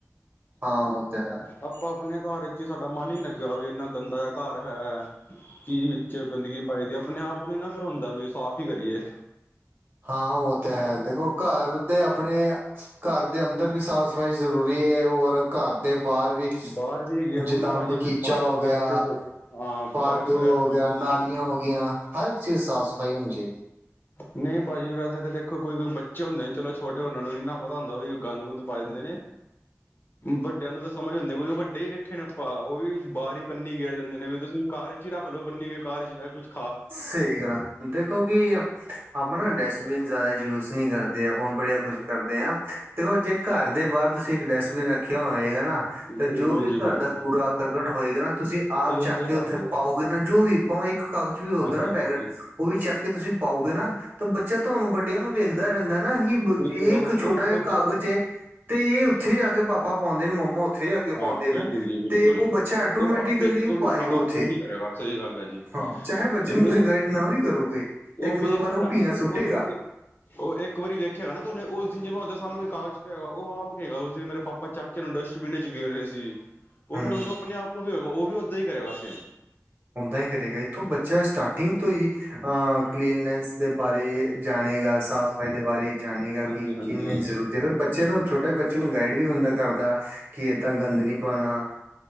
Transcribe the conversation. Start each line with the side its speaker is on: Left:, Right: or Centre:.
Right: ਹਾਂ ਉਹ ਤੇ ਹੈ।
Left: ਆਪਾਂ ਆਪਣੇ ਘਰ ਵਿੱਚ ਸਾਡਾ ਮਨ ਹੀ ਨਹੀਂ ਲੱਗਿਆ ਗਾ ਵੀ, ਇੰਨਾ ਗੰਦਾ ਜਿਹਾ ਘਰ ਹੈ, ਕੀ ਚ ਗੰਦਗੀ ਪਾਈਦੀ ਐ, ਆਪਣੇ ਆਪ ਨੂੰ ਨਾ ਫ਼ਿਰ ਹੁੰਦਾ ਵੀ ਸਾਫ਼ ਹੀ ਕਰੀਏ।
Right: ਹਾਂ ਉਹ ਤੇ ਹੈ, ਦੇਖੋ ਘਰ ਦੇ ਆਪਣੇ ਘਰ ਦੇ ਅੰਦਰ ਵੀ ਸਾਫ਼ ਸਫ਼ਾਈ ਜ਼ਰੂਰੀ ਏ, ਔਰ ਘਰ ਦੇ ਬਾਹਰ ਵੀ,
Left: ਬਾਹਰ ਵੀ ਹੈਗੇ ਹੁਣ
Right: ਜਿੱਦਾਂ
Left: ਭਾਜੀ
Right: ਬਗੀਚਾ
Left: ਕੋਈ ਪਾਰਕ
Right: ਹੋ
Left: ਵਗੈਰਾ
Right: ਗਿਆ।
Left: 'ਚ ਹਾਂ
Right: ਪਾਰਕ ਹੋ
Left: ਵਗੈਰਾ
Right: ਗਿਆ,
Left: ਗਈ।
Right: ਨਾਲੀਆਂ ਹੋ ਗੀਆਂ, ਹਰ ਚੀਜ਼ ਸਾਫ਼ ਸਫ਼ਾਈ ਹੋਣੀ ਚਾਹੀਦੀ ਐ।
Left: ਨਹੀਂ ਭਾਜੀ, ਵੈਸੇ ਤਾਂ ਦੇਖੋ। ਕੋਈ- ਕੋਈ ਬੱਚੇ ਹੁੰਦੇ ਨੇ ਚਲੋ ਛੋਟੇ, ਉਹਨਾਂ ਨੂੰ ਨੀ ਨਾ ਪਤਾ ਹੁੰਦਾ ਵੀ, ਗੰਦ-ਗੁੰਦ ਪਾ ਜਾਂਦੇ ਨੇ। ਵੱਡਿਆਂ ਨੂੰ ਤਾਂ ਸਮਝ ਹੁੰਦੀ ਐ, ਕਿ ਵੱਡੇ ਹੀ ਨੇ ਰਖੇ ਨੇ ਭਾਂ ਉਹ ਵੀ ਬਾਹਰ ਹੀ ਪੰਨੀ ਗੇਰ ਦਿੰਦੇ ਨੇ, ਵੀ ਤੁਸੀਂ ਘਰ ਚ ਹੀ ਰੱਖ ਲਓ ਪੰਨੀ ਗ ਘਰ ਚ ਵੀ ਕੁਛ
Right: ਸਹੀ ਕਰਾ, ਦੇਖੋ ਕਿ ਆਪਾਂ ਨਾ ਡਸਟਬਿਨ ਜ਼ਿਆਦਾ ਯੂਜ ਨਹੀਂ ਕਰਦੇ, ਆਪਾਂ ਬੜਿਆ ਕੁਛ ਕਰਦੇ ਹਾਂ। ਦੇਖੋ, ਜੇ ਘਰ ਦੇ ਬਾਹਰ ਤੁਸੀਂ ਇੱਕ ਡਸਟਬਿਨ ਰੱਖਿਆ ਹੋਏਗਾ ਨਾ।
Left: ਬਿਲਕੁਲ
Right: ਤੇ ਜੋ ਵੀ
Left: ਜੀ ਬਿਲਕੁਲ
Right: ਘਰ ਦਾ ਕੂੜਾ ਕਰਕਟ ਹੋਏਗਾ ਨਾ, ਤੁਸੀਂ ਆਪ
Left: ਉਹਦੇ ਅੰਦਰ
Right: ਚੱਕ ਕੇ ਉੱਥੇ
Left: ਰੱਖ ਦੋ
Right: ਪਾਓਗੇ ਨਾ, ਜੋ ਵੀ ਭਾਵੇਂ ਇੱਕ ਕਾਕ ਹੋਊਗਾ
Left: ਹਾਂਜੀ
Right: ਨਾ
Left: ਹਾਂਜੀ
Right: ਪੈਕਟ, ਉਹ ਵੀ ਚੱਕ ਕੇ ਤੁਸੀਂ ਪਾਓਗੇ ਨਾ ਤਾਂ ਬੱਚਾ ਤੁਹਾਨੂੰ ਵੱਡਿਆਂ ਨੂੰ ਵੇਖਦਾ ਰਹਿੰਦਾ ਨਾ, ਕਿ ਇਹ
Left: ਬਿਲਕੁਲ ਉਹ
Right: ਇੱਕ
Left: ਉਹ
Right: ਛੋਟਾ ਜਾ
Left: ਬੱਚਾ
Right: ਕਾਗਜ਼ ਏ ਤੇ ਇਹ ਉੱਥੇ ਜਾ ਕੇ ਪਾਪਾ ਪਾਉਂਦੇ ਨੇ, ਮੋਮੋ ਉੱਥੇ ਜਾ ਕੇ
Left: ਹਾਂ
Right: ਪਾਉਂਦੇ
Left: ਬਿਲਕੁਲ
Right: ਨਾ,
Left: ਜੀ ਬਿਲਕੁਲ
Right: ਤੇ ਉਹ ਬੱਚਾ ਐਟੋਮੈਟੀਕਲੀ
Left: ਉਹ ਆਪੇ ਉਹੀ
Right: ਪਾਏਗਾ
Left: ਹਾਂ
Right: ਉੱਥੇ,
Left: ਆਪੇ ਉਹੀ ਕਰੇਗਾ ਸਹੀ ਗੱਲ ਹੈ ਜੀ
Right: ਹਾਂ। ਚਾਹੇ ਬੱਚੇ
Left: ਨਹੀਂ
Right: ਨੂੰ ਤੁਸੀਂ ਗਾਈਡ ਨਾ ਵੀ ਕਰੋਗੇ, ਇੱਕ
Left: ਵੇਖ
Right: ਦੋ ਵਾਰ
Left: ਲਏਗਾ
Right: ਉਹ
Left: ਨਾ
Right: ਪੀਆਂ
Left: ਤੇ ਉਹਨੂੰ
Right: ਸੁੱਟੇਗਾ।
Left: ਇੱਕ ਉਹ ਇੱਕ ਵਾਰੀ ਵੇਖੇਗਾ ਨਾ, ਤੇ ਉਹਨੇ ਉਸ ਦਿਨ ਜਿਵੇੈਂ ਉਹਦੇ ਸਾਹਮਣੇ ਕੋਈ ਕਾਗਜ ਪਏ ਹੋਏਗਾ, ਉਹ ਆਪ ਕੇਗਾ, ਉਸ ਦਿਨ ਮੇਰੇ ਪਾਪਾ ਚੱਕ ਉਹਨੂੰ ਡਸਟਬਿਨ ਵਿੱਚ ਗੇਰ ਰਹੇ ਸੀ, ਉਹ
Right: ਹੂੰ,
Left: ਫੇਰ ਉਹਨੂੰ ਆਪਣੇ ਆਪ ਨੂੰ ਹੋਏਗਾ, ਉਹ ਵੀ ਓਦਾਂ ਹੀ ਕਰੇਗਾ ਸੇਮ।
Right: ਹਦਾ ਹੀ ਕਰੇਗਾ, ਇੱਥੋਂ ਬੱਚਾ ਸਟਾਰਟਿੰਗ ਤੋਂ ਹੀ, ਅ ਕਲੀਨੈਸ ਦੇ ਬਾਰੇ ਜਾਣੇਗਾ ਸਾਫ਼ ਸਫ਼ਾਈ ਦੇ ਬਾਰੇ ਜਾਣੇਗਾ,
Left: ਹਾਂਜੀ
Right: ਕਿ
Left: ਹਾਂਜੀ
Right: ਕਿੰਨੇ ਜ਼ਰੂਰਤ ਹੈ। ਫਿਰ ਬੱਚੇ ਚਲੋ ਨ ਛੋਟੇ ਬੱਚੇ ਨੂੰ ਗਾਈਡ ਵੀ ਬੰਦਾ ਕਰਦਾ। ਕਿ ਏਦਾਂ ਗੰਦ ਨੀ ਪਾਉਣਾ।